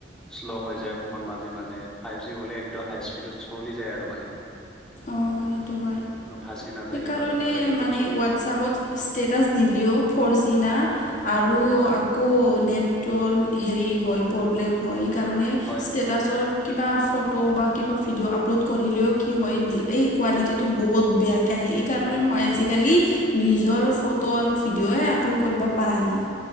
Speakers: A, in the centre; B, on the left.
A: শ্ল' হৈ যায় অকমান মাজে মাজে ফাইভ জি হলে একদম হাই স্পীডত চলি যায় আৰু <unintelligible> মানে
B: অঁ সেইটো হয়
A: কোনো ফাঁচি নাযায়
B: সেইকাৰণে
A: কিবা ইউটিউব
B: মানে
A: চলালে
B: হোৱাটছপত ষ্টেটাছ দিলেও ফ'ৰ জি ন
A: হয় হয়
B: আৰু
A: হয় হয়
B: আকৌ আকৌ নেট <unintelligible> ৰ হেৰি হয় প্ৰব্লেম হয় সেই কাৰণে
A: হয়
B: ষ্টেটাচৰ
A: হয়
B: কিবা ফটো বা কিবা ভিডিঅ' আপলোড কৰিলেও কি হয় এই কোৱালিটিটো বহুত বেয়াকে আহে এই কাৰণে মই <unintelligible> আজিকালি
A: হয় হয়
B: নিজৰ
A: হয়
B: ফটো আৰু ভিডিঅয়ে আপলোড কৰিব পৰা নাই